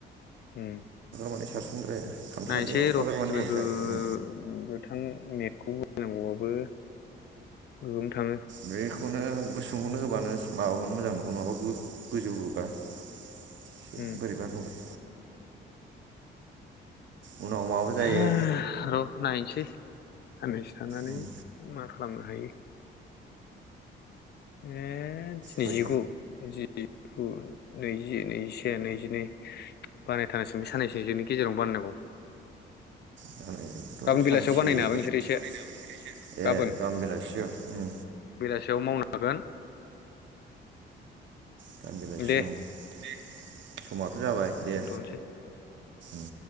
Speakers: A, on the left (about 55°); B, on the right (about 65°).
A: उ
B: माने सारसनद्राया खामसालियाव
A: नायसै
B: एफाग्राब
A: र'
B: माने
A: लोगो
B: अरजाया उम
A: गोथां नेटखौबो नांगौआबो गोगोम थाङो
B: बेखौनो सोंहरनो होबानो माबागोन मोजां नंगौ नङाबा गोजौ होबा। एसे
A: उम
B: बोरैबा नुगोन उनाव माबा जायो
A: हो र' नायसै। साननैसो थानानै
B: उम
A: मा खालामनो हायो ए। दिनैजिगु
B: बै
A: जि गु नैजि नैजिसे नैजिनै बानायथारनांसिगोन बे साननैसोनि जोंनि गेजेरावनो बानायनांगौ।
B: बानायनोबोथ'
A: गाबोन
B: सानसेल'
A: बेलासियाव बानायनो हाबाय
B: ए
A: नोंसोरो एसे गाबोन
B: गामोन बेलासियाव ओ।
A: थेवबो मावनो हागोन।
B: गाबोन बेलासियाव
A: दे
B: दे। समा जाबाय दे।
A: दोनथ'नोसै
B: उ